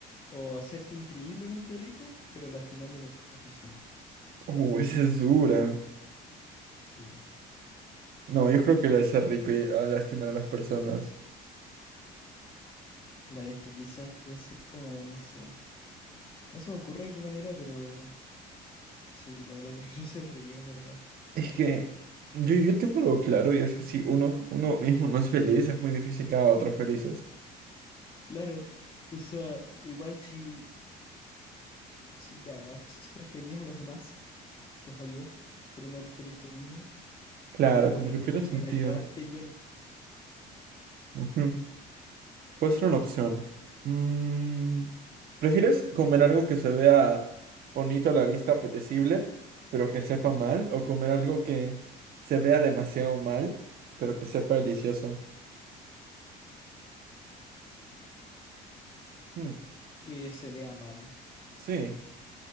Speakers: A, on the left; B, on the right.
A: ¿O hacerte increíblemente rico pero lastimando a las personas?
B: Uh, esa es dura.
A: Sí.
B: No, yo creo que la de ser rico y a lastimar a las personas.
A: La verdad es que quizás puede ser como, no sé, no se me ocurre de qué manera, pero sí, la verdad <laughs> prefiero ser rico, en verdad.
B: Es que yo, yo tengo algo claro y es que si uno, uno mismo no es feliz, es muy difícil que haga a otros felices.
A: Claro, o sea, igual si, si ya haces feliz a los demás, los ayudas, pero no eres feliz tú mismo,
B: Claro,
A: como
B: como
A: que
B: que
A: ni
B: pierde sentido.
A: el ayudarte llena
B: Ujú. Puede ser una opción. Mm, ¿prefieres comer algo que se vea bonito a la vista, apetecible, pero que sepa mal? ¿O comer algo que se vea demasiado mal, pero que sepa delicioso? Mm,
A: que se vea mal.
B: sí.